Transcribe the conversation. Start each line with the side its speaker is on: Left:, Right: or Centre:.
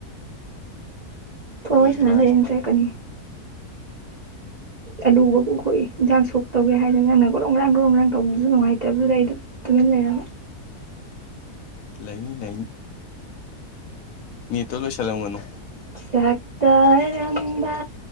Right: ꯐꯣꯟ
Left: ꯂꯣꯏꯗ꯭ꯔꯥ
Right: ꯋꯥꯔꯤ ꯁꯅꯥ ꯂꯩꯅ
Left: ꯍꯥꯏꯁꯦ
Right: ꯆꯩꯔꯛꯀꯅꯤ ꯑꯂꯨ ꯃꯀꯨ ꯈꯣꯛꯏ ꯏꯟꯖꯥꯡ ꯁꯣꯛ ꯇꯧꯒꯦ ꯍꯥꯏꯗꯅ ꯒ꯭ꯔꯣꯡꯒ꯭ꯔꯥꯡ ꯒ꯭ꯔꯣꯡꯒ꯭ꯔꯥꯡ ꯇꯧ ꯁꯨ ꯅꯨꯡꯉꯥꯏꯇꯕꯗꯨꯗ ꯑꯩꯗꯨ ꯇꯨꯃꯤꯟ ꯂꯩꯔꯕ
Left: ꯂꯩꯅꯤ ꯂꯩꯅꯤ ꯅꯦꯠꯇꯣ ꯂꯣꯏꯁꯜꯂꯝꯒꯅꯨ
Right: ꯆꯥꯛꯇꯥꯔꯝꯕ